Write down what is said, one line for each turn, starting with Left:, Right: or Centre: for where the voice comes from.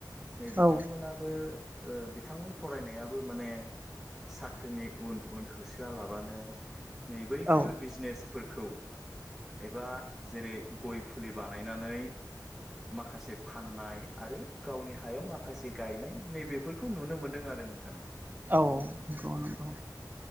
Centre: नै बिथांमोनाबो
Right: औ
Centre: ओ बिथांमोन फरायनायाबो माने साख्रिनि उन उन होसोआलाबानो नै बैफोर
Right: औ
Centre: बिजनेसफोर खौ एबा जेरै गय फुलि बानायनानै माखासे फाननाय आरो गावनि हायाव माखासे गायनाय नैबेफोरखौ नुनो मोनदों आरो नोंथां
Right: नंगौ नंगौ